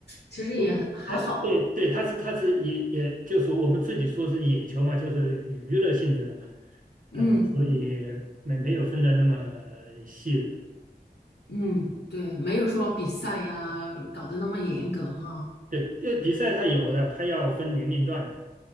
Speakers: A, on the left (about 80°); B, on the right (about 50°).
A: 其实也还好的，
B: 不不，它是对对，它是它是也也就是我们自己说是野球嘛，就是娱乐性质的嘛，
A: 嗯
B: 呃，所以没没有分的那么细的。
A: 嗯，对，没有说比赛呀搞得那么严格哈，
B: 对对，比赛它有的，它要分年龄段的